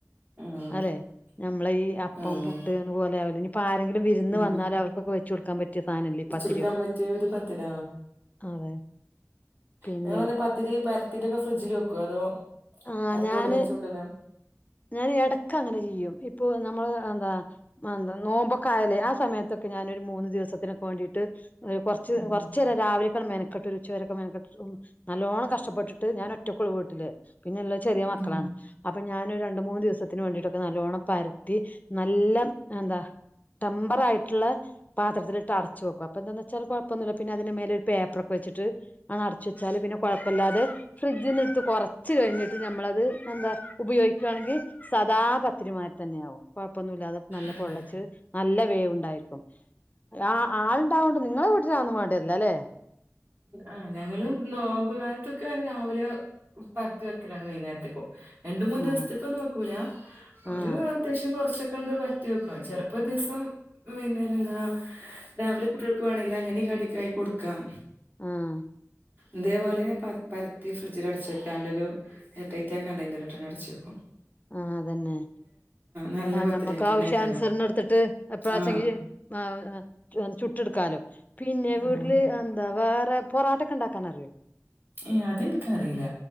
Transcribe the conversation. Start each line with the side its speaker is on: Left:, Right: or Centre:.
Right: ഉം
Left: അല്ലെ നമ്മളെ ഈ അപ്പം
Right: ഉം
Left: പുട്ട്ന്ന് പോലെ ആവല് ഇനിപ്പോ ആരെങ്കിലും വിരുന്ന്
Right: ഉം
Left: വന്നാലവർക്കൊക്കെ വെച്ചു കൊടുക്കാൻ പറ്റ് പറ്റ്യ സാനല്ലെ ഈ പത്തി
Right: കൊടുക്കാൻ പറ്റിയ ഒരു പത്തിര.
Left: അതെ. പിന്നെ
Right: നിങ്ങളീ പത്തിരി പര്ത്തീട്ടൊക്കെ ഫ്രിഡ്ജില് വെക്കോ അതോ.
Left: ആഹ്
Right: പരത്തി
Left: ഞാന്
Right: ഉടനെ ചുടലോ
Left: ഞാന് എടക്കങ്ങനെ ചെയ്യും ഇപ്പൊ നമ്മള് എന്താ. മാന്ത നോമ്പൊക്കായാലേ ആ സമയത്തൊക്കെ ഞാനൊരു മൂന്ന് ദിവസത്തിനൊക്കെ വേണ്ടീട്ട്. കൊർച്ച്
Right: ഉം
Left: കൊർച്ചേരാ രാവിലെക്കാണ്ട് മെൻക്കെട്ടൊരു ഉച്ച വരൊക്കെമെൻക്കെട്ട് നല്ലോണം കഷ്ടപ്പെട്ടിട്ട് ഞാൻ ഒറ്റക്കൊള്ളൂ വീട്ട്ല്. പിന്നിള്ള ചെറിയ മക്കളാണ്.
Right: ഉം
Left: അപ്പൊ ഞനൊരു രണ്ട് മൂന്ന് ദിവസത്തിന് വേണ്ടീട്ടൊക്കെ നല്ലോണ്ണം പര്ത്തി നല്ലം എന്താ. ടെമ്പറായ്ട്ട്ള്ള പാത്രത്തിലിട്ട് അട ച്ചുവെക്കും അപ്പ എന്താന്ന് വച്ചാൽ കൊഴ്പ്പൊന്നുല്ല്യ പിന്നെ അതിന്റെ മേലൊരു പേപ്പറൊക്കെ വെച്ച്ട്ട്. അങ്ങ് അടച്ച് വെച്ചാല് പിന്നെ കൊഴ്പ്പല്ലാതെ ഫ്രിഡ്ജിന്നെട്ത്ത് കൊർച്ച് കഴിഞ്ഞിട്ട് ഞമ്മളത്. എന്താ ഉപയോഗിക്കാണെങ്കി സാദാ പത്തിരിമാര്തന്നെയാകും. കൊഴ്പ്പൊന്നുല്ലാതെ നല്ല
Right: ആഹ്
Left: പൊള്ളച്ച് നല്ല വേവുണ്ടായ്ക്കും. ആഹ് ആളുണ്ടാവോണ്ട് നിങ്ങളെ വീട്ടിലതൊന്നും വേണ്ടിവര്ല്ല ലേ.
Right: ആഹ് ഞങ്ങളും നോമ്പ് കാൽത്തൊക്കെന്നെ രാവിലെ. പര്ത്തി വെക്കലാണ് വൈന്നേര്ത്ത്ക്കും. രണ്ട് മൂന്ന് ദിവസ്ത്ത്ക്കൊന്നും
Left: ആഹ്
Right: വെക്കൂല ഒരു
Left: ആഹ്
Right: അത്യാവശ്യം കൊറച്ചൊക്കണ്ട് പര് ത്തിവെക്കും, ചെലപ്പം ദിവ്സം വൈകുന്നേരം എന്താ രാവിലെ കുട്ട്യോൾക്ക് വേണെങ്കിൽ അങ്ങനെ കടിക്കായി കൊട്ക്കാം.
Left: ആഹ്
Right: ഇതേപോലെ പര പരത്തി ഫ്രിഡ്ജിലടച്ച് വെക്കാണ്ടൊരു എയർടൈറ്റാകണ്ടയ്നർല് ഇട്ടങ് അടച്ച് വയ്ക്കും.
Left: ആഹ് അതന്നെ
Right: നല്ല
Left: ആ
Right: പത്തിരിയായിട്ടന്നെക്കാരം
Left: നമ്മക്ക് ആവശ്യാനുസരണം എടുത്തിട്ട് എപ്പളാച്ചെങ്കി.
Right: ആഹ്
Left: ആ ചുട്ടെടുക്കാലോ പിന്നെ വീട്ടില്
Right: ആഹ്
Left: ആ എന്താ വേറെ പൊറാട്ടൊക്കെ ഉണ്ടാക്കാൻ അറിയോ
Right: ഏഹ് അതെനിക്കറിയില്ല